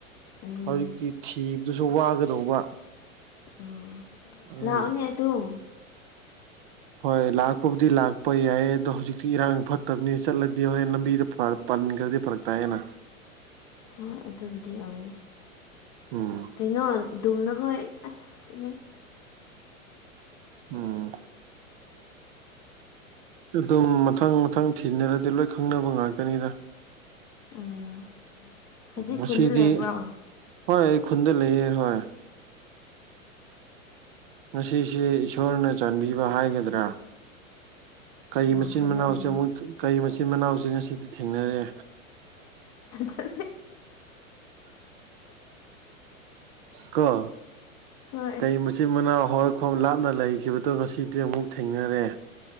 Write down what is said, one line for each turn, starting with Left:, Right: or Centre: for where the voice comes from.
Left: ꯎꯝ
Right: ꯍꯧꯖꯤꯛꯇꯤ ꯊꯤꯕꯗꯨꯁꯨ ꯋꯥꯒꯗꯧꯕ
Left: ꯎ
Right: ꯑꯗꯨꯅ
Left: ꯂꯥꯛꯎꯅꯦ ꯑꯗꯨꯝ
Right: ꯍꯣꯏ ꯂꯥꯛꯄꯕꯨꯗꯤ ꯂꯥꯛꯄ ꯌꯥꯏ ꯑꯗꯣ ꯍꯧꯖꯤꯛꯇꯤ ꯏꯔꯥꯡ ꯐꯠꯇꯕꯅꯤꯅ ꯆꯠꯂꯗꯤ ꯍꯣꯔꯦꯟ ꯂꯝꯕꯤꯗ ꯐꯔ ꯄꯅꯤꯒꯗꯤ ꯐꯔꯛ ꯇꯑꯅ
Left: ꯍꯣꯏ ꯑꯗꯨꯕꯨꯗꯤ ꯌꯥꯎꯋꯦ
Right: ꯎꯝ
Left: ꯀꯩꯅꯣ ꯝꯅ ꯍꯣꯏ ꯑꯁ
Right: ꯎꯝ ꯑꯗꯨꯝ ꯃꯊꯪ ꯃꯊꯪ ꯊꯤꯅꯔꯗꯤ ꯂꯣꯏ ꯈꯪꯅꯕ ꯉꯥꯛꯇꯅꯤꯗ
Left: ꯑꯥ ꯍꯧꯖꯤꯛ
Right: ꯉꯁꯤꯗꯤ
Left: ꯈꯨꯟꯗ ꯂꯩꯕ꯭ꯔꯣ
Right: ꯍꯣꯏ ꯑꯩ ꯈꯨꯟꯗ ꯂꯩꯌꯦꯦ ꯍ ꯉꯁꯤꯁꯦ ꯏꯁꯣꯔꯅ ꯆꯥꯟꯕꯤꯕ ꯍꯥꯏꯒꯗ꯭ꯔꯥ ꯀꯩ
Left: ꯌꯥꯝ
Right: ꯃꯆꯤꯟ
Left: ꯊꯥꯖꯗꯤꯌꯦ
Right: ꯃꯅꯥꯎꯁꯦ ꯑꯃꯨ ꯀꯩ ꯃꯆꯤꯟ ꯃꯅꯥꯎꯁꯦ ꯉꯁꯤꯗꯤ ꯊꯦꯡꯅꯔꯦ
Left: ꯆ
Right: ꯀ
Left: ꯍꯣꯏ
Right: ꯀꯩ ꯃꯆꯤꯟ ꯃꯅꯥꯎ ꯍꯧꯔꯛꯐꯝ ꯂꯥꯞꯅ ꯂꯩꯈꯤꯕꯗꯣ ꯉꯁꯤꯗꯤ ꯑꯃꯨꯛ ꯊꯦꯡꯅꯔꯦ